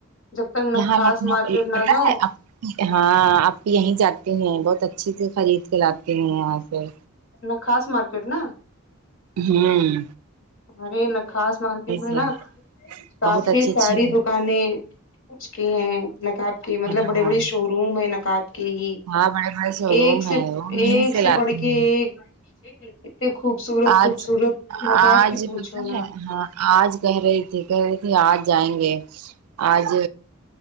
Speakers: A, on the left; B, on the right.
A: جب تک ناکخاص
B: یہاں لکھنؤ
A: مارکیٹ
B: پتہ
A: نہ جاؤ
B: ہے آپ ہاں آپی یہیں جاتے ہیں بہت اچھے سے خرید کے لاتے ہیں یہاں سے
A: ناکخاص مارکٹ ن
B: ہوں
A: ارے خاص مارکیٹ میں
B: جی
A: نا کافی
B: بہت اچھی اچھی
A: ساری دکانیں اس کے ہیں نقاب کی مطلب
B: ہاں
A: بڑے بڑے شو روم ہیں نقاب کہ ہی
B: ہاں بڑے بڑے شو
A: ایک
B: روم
A: سے
B: ہے وہ
A: ایک
B: یہیں
A: سے
B: لاتے
A: بڑھ
B: ہیں
A: کے ایک اتنے خوبصورت
B: آج
A: خوبصورت نقاب
B: آج
A: کی پوچھو
B: پتا
A: نا
B: ہے ہاں آج کہہ رہی تھی کہہ رہی تھی آج جائیں گے آج